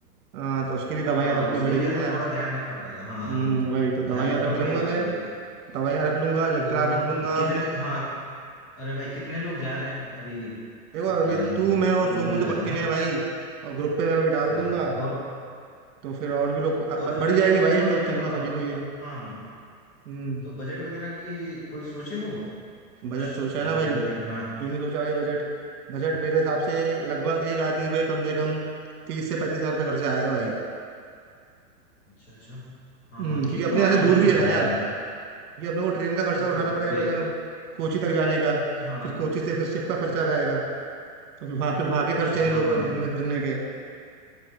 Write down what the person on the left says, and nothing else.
हाँ
उसके
लिए
तो
थोड़ा ध्यान रखना पड़ेगा हाँ हाँ,
ध्यान रखना
पड़ेगा
उसके लिए
तो हम
कितने हाँ अरे भाई कितने लोग जा रहे हैं अभी
वो
प्लानिंग
वो भी कर
लेते
हैं ना
हाँ
हाँ हाँ। और
और
जो
जो
निकलेंगे
हम
अ,
हाँ हाँ
तो बजट वगैरह की कोई सोचे हो कुछ
बजट
वगैरह कितना
अच्छा अच्छा हाँ
हाँ ठीक
है
हाँ
एडजस्ट
हो
जाएगा
मेरा
देखो
पे
हाँ
अच्छा
हाँ
हाँ